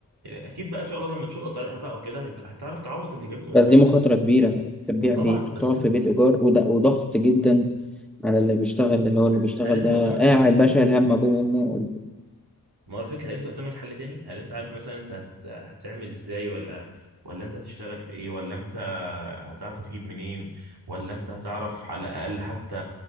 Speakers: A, on the right (about 85°); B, in the centre.
A: اكيد بقى ان شاء الله لما تشق طريقها بقى وكده هيك- هتعرف تعوض اللي جابته بس
B: بس دي مخاطرة كبيرة انت تبيع
A: ما طبعا
B: بيت وتقعد
A: بس انت
B: في بيت إيجار وده وضغط جدا على اللي بيشتغل اللي هو اللي
A: بس
B: بيشتغل
A: هل انت
B: ده
A: قدامك
B: قاعد
A: حل تاني
B: بقى شايل هم أبوه وأمه
A: ما هو الفكرة هل انت قدامك حل تاني هل انت عارف مثلا انت هت... هتعمل ازاي ولا ولا انت هتشتغل في ايه ولا انت هتعرف تجيب منين ولا انت هتعرف على الاقل حتى